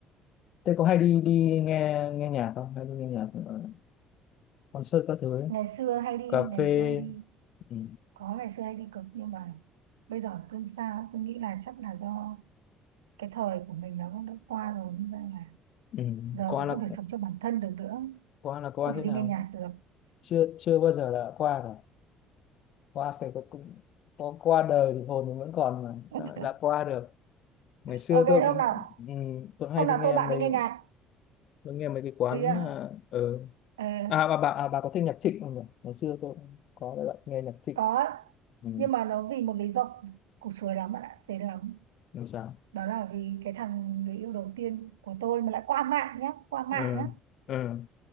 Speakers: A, on the left; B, on the right.
A: Thế có hay đi đi nghe nghe nhạc không? Hay đi nghe nhạc ở concert các thứ ấy?
B: ngày xưa hay đi
A: Cà
B: ngày
A: phê
B: xưa hay đi
A: ừ.
B: có ngày xưa hay đi cực nhưng mà bây giờ cơm sao tôi nghĩ là chắc là do cái thời của mình nó cũng đã qua rồi nên ra là
A: Ừ.
B: giờ
A: Qua
B: mình
A: là
B: không thể sống cho bản thân được nữa
A: qua là qua
B: không thể
A: thế
B: đi
A: nào?
B: nghe nhạc được
A: Chưa chưa bao giờ là qua cả. Qua phải có cũng có qua đời thì hồn mình vẫn còn mà
B: <laughs>
A: sao lại đã qua được. Ngày xưa
B: ok
A: tôi cũng
B: hôm nào
A: ừ, tôi hay
B: hôm
A: đi
B: nào
A: nghe
B: tôi bạn
A: mấy
B: đi nghe nhạc
A: tôi nghe mấy cái quán
B: Bây giờ
A: à, ở
B: à,
A: à bà bà à, bà có thích nhạc Trịnh không nhỉ ngày xưa tôi cũng có bạn nghe nhạc Trịnh
B: có
A: ừ.
B: nhưng mà nó vì một lý do củ chuối lắm bạn ạ xến lắm
A: làm sao
B: đó là vì cái thằng người yêu đầu tiên của tôi mà lại qua mạng nhá qua mạng
A: ừ.
B: nhá
A: Ừ.